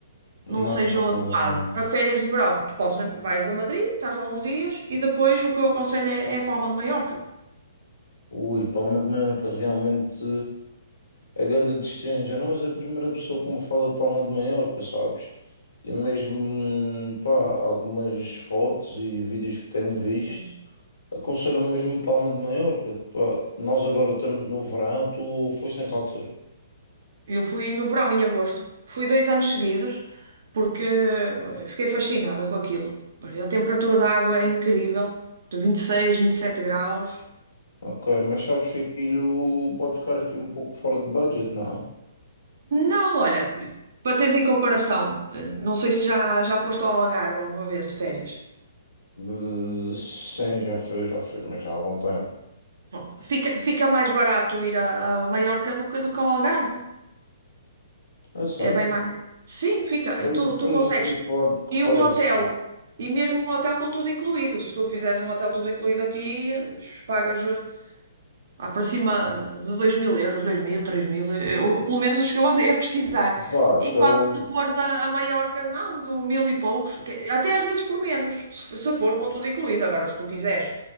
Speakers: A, on the left; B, on the right.
A: Não,
B: não seja o adequado.
A: não, não.
B: Para férias de verão, tu podes, na- vais a Madrid, estás lá uns dias e depois o que eu aconselho é, é a Palma de Maiorca.
A: Ui, Palma de Mallorca, realmente eh, a grande destino. Já não és a primeira pessoa que me fala de Palma de Maiorca, sabes? E é mesmo, pá, algumas fotos e vídeos que tenho visto
B: Sim.
A: aconselham mesmo Palma de Maiorca. Pá, nós agora estamos no verão, tu foste naquela altura.
B: Eu fui no verão, em agosto. Fui dois anos seguidos porque eh, fiquei fascinada com aquilo. A temperatura da água é incrível, de vinte vinte e seis, vinte e sete graus.
A: Ok, mas sabes que aquilo pode ficar aqui um pouco fora de budget, não?
B: Não, olha, para teres em comparação, eh, não sei se já, já foste ao Algarve alguma vez de férias.
A: De- Sim, já foi, já foi, mas já há algum tempo.
B: Bom, Fica, fica mais barato ir a, a Maiorca do que, do que ao Algarve.
A: É sério?
B: É bem mais. Sim, fica.
A: Estamos,
B: Tu,
A: estamos
B: tu consegues.
A: aqui a falar de que
B: E
A: preço?
B: um hotel, e mesmo um hotel com tudo incluído. Se tu fizeres um hotel tudo incluído aqui, eh, pagas eh, ah, para cima de dois mil euros, dois mil, três mil, eu, pelo menos os que eu andei a pesquisar.
A: Pá,
B: Enquanto
A: então.
B: tu fores a, a Maiorca, não, do mil e poucos, que- até às vezes por menos, se, f- se for com tudo incluído. Agora, se tu quiseres